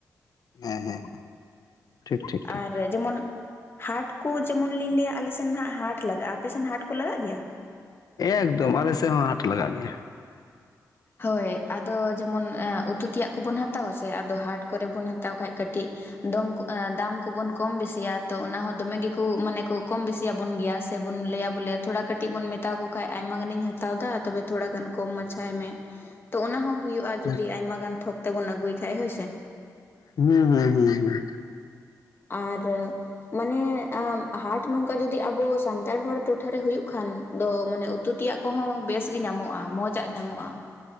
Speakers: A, on the left (about 65°); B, on the left (about 35°).
A: ᱦᱮᱸ ᱦᱮᱸ ᱦᱮᱸ᱾ ᱴᱷᱤᱠ ᱴᱷᱤᱠ ᱴᱷᱤᱠ
B: ᱟᱨ ᱡᱮᱢᱚᱱ ᱦᱟᱴ ᱠᱳ ᱡᱮᱢᱚᱱ ᱞᱤᱧ ᱞᱟᱹᱭᱟ ᱟᱞᱮ ᱥᱮᱱ ᱦᱟᱸᱜ ᱦᱟᱴ ᱞᱟᱜᱟᱜ-ᱟ ᱟᱯᱮ ᱥᱮᱱ ᱦᱟᱴ ᱠᱚ ᱞᱟᱜᱟᱜ ᱜᱮᱭᱟ?
A: ᱮᱠᱫᱚᱢ ᱟᱞᱮ ᱥᱮᱫ ᱦᱚᱸ ᱦᱟᱴ ᱞᱟᱜᱟᱜ ᱜᱮᱭᱟ᱾
B: ᱦᱳᱭ ᱟᱫᱚ ᱡᱮᱢᱚᱱ ᱩᱛᱩ ᱛᱮᱭᱟᱜ ᱠᱚᱵᱚᱱ ᱦᱟᱛᱟᱣᱟ ᱥᱮ ᱟᱫᱚ ᱦᱟᱴ ᱠᱚᱨᱮ ᱵᱚᱱ ᱦᱟᱛᱟᱣ ᱠᱷᱟᱡ ᱠᱟᱹᱴᱤᱡ ᱫᱚᱢ ᱠᱚ ᱫᱟᱢ ᱠᱚᱵᱚᱱ ᱠᱚᱢ ᱵᱮᱥᱤᱭᱟ ᱛᱚ ᱚᱱᱟ ᱦᱚᱸ ᱫᱚᱢᱮ ᱜᱮᱠᱚ ᱢᱟᱱᱮ ᱠᱚ ᱠᱚᱢ ᱵᱮᱥᱤᱭᱟ ᱵᱚᱱ ᱜᱮᱭᱟ ᱥᱮᱵᱚᱱ ᱞᱟᱹᱭᱼᱟ ᱵᱚᱞᱮ ᱛᱷᱚᱲᱟ ᱠᱟᱹᱴᱤᱡ ᱠᱟᱹᱴᱤᱡ ᱵᱚᱱ ᱢᱮᱛᱟ ᱠᱚ ᱠᱷᱟᱡ ᱟᱭᱢᱟ ᱜᱟᱱᱤᱧ ᱦᱟᱛᱟᱣ ᱮᱫᱟ ᱛᱚᱵᱮ ᱛᱷᱚᱲᱟ ᱜᱟᱱ ᱠᱚᱢ ᱢᱟᱪᱷᱟᱭ ᱢᱮ᱾ ᱛᱚ ᱚᱱᱟ ᱦᱚᱸ ᱦᱳᱭᱳᱜ-ᱟ ᱡᱩᱫᱤ
A: ᱦᱮᱸ
B: ᱟᱭᱢᱟ ᱜᱟᱱ ᱛᱷᱚᱠ ᱛᱮᱵᱚᱱ ᱟᱹᱜᱩᱭ ᱠᱷᱟᱡ ᱦᱳᱭ ᱥᱮ᱾
A: ᱦᱩᱸ ᱦᱩᱸ ᱦᱩᱸ ᱦᱩᱸ
B: ᱟᱨ ᱢᱟᱱᱮ ᱟᱢ ᱦᱟᱴ ᱱᱚᱝᱠᱟ ᱡᱩᱫᱤ ᱟᱵᱚ ᱥᱟᱱᱛᱟᱲ ᱦᱚᱲ ᱴᱚᱴᱷᱟᱨᱮ ᱦᱳᱭᱳᱜ ᱠᱷᱟᱱ ᱫᱚ ᱢᱟᱱᱮ ᱩᱛᱩ ᱛᱮᱭᱟᱜ ᱠᱚᱦᱚᱸ ᱵᱮᱥ ᱜᱮ ᱧᱟᱢᱚᱜ-ᱟ ᱢᱚᱡᱟᱜ ᱧᱟᱢᱚᱜ-ᱟ